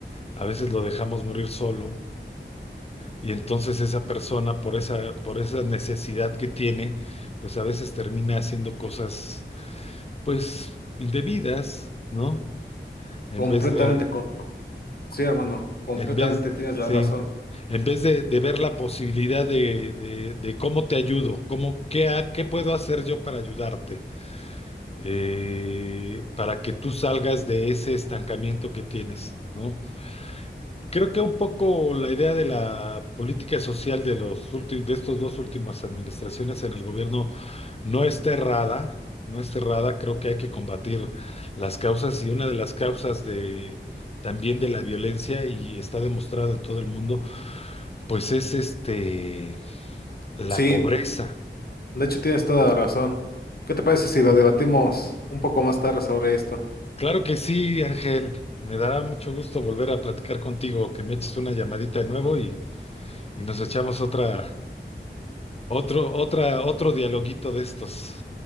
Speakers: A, on the left (about 35°); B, on the left (about 55°).
A: a veces lo dejamos morir solo. Y entonces esa persona, por esa, por esa necesidad que tiene, pues a veces termina haciendo cosas, pues, indebidas, ¿no? En
B: Completamente,
A: vez de,
B: con- sí, hermano, completamente
A: en vez,
B: tienes la
A: sí,
B: razón.
A: en vez de, de ver la posibilidad de, de- de cómo te ayudo, cómo, qué, ha- qué puedo hacer yo para ayudarte, eh, para que tú salgas de ese estancamiento que tienes, ¿no? Creo que un poco la idea de la política social de los últi- de estos dos últimas administraciones en el gobierno no está errada, no está errada. Creo que hay que combatir las causas y una de las causas de también de la violencia y está demostrada en todo el mundo, pues es este la
B: Sí,
A: pobreza.
B: de hecho tienes toda la razón. ¿Qué te parece si lo debatimos un poco más tarde sobre esto?
A: Claro que sí, Ángel. Me dará mucho gusto volver a platicar contigo, que me eches una llamadita de nuevo y, y nos echamos otra, otro, otra, otro dialoguito de estos.